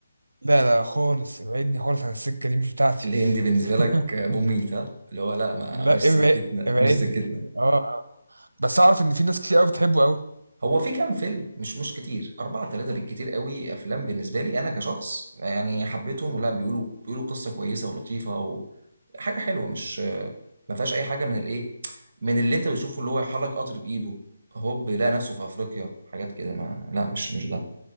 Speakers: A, on the right; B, on the right.
A: لا لا خالص ابعدني خالص عن السكه دي مش بتاعتي
B: الهندي بالنسبه
A: <laughs>
B: لك مميت ها اللي هو لا ما
A: لا
B: مش
A: ابعد
B: سكتنا
A: ابعدني
B: مش سكتنا
A: اه <laughs> آه. بس اعرف ان في ناس كتير قوي بتحبه قوي
B: هو في كام فيلم مش مش كتير أربعة ثلاثة بالكتير قوي أفلام بالنسبة لي أنا كشخص يعني حبيتهم ولا بيقولوا بيقولوا قصة كويسة ولطيفة وحاجة حلوة مش ما فيهاش أي حاجة من الإيه من اللي أنت بتشوفه اللي هو يحرك قطر بإيده هوب يلاقي نفسه في أفريقيا حاجات كده ما لا مش مش ده